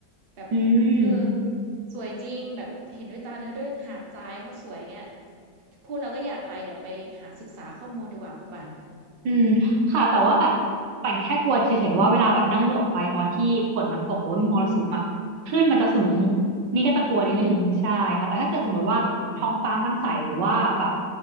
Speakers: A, on the right (about 40°); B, on the right (about 70°).
A: แบบ
B: อืม
A: เออสวยจริงแบบเห็นด้วยตาเนื้อด้วยหาดทรายเขาสวยเงี้ยพูดเราก็อยากไปเดี๋ยวไปหาศึกษาข้อมูลดีกว่าคุณป่าน
B: อืมค่ะแต่ว่าแบบปั่นแค่กลัวเฉยๆว่าเวลาแบบนั่งเรือออกไปตอนที่ฝนมันตกหรือว่ามีมรสุมอะคลื่นมันจะสูง
A: อืม
B: นี่ก็จะกลัวนิดนึงใช่ค่ะแต่ถ้าเกิดสมมติว่าท้องฟ้ามันใสหรือว่าแบบ
A: อืมอืม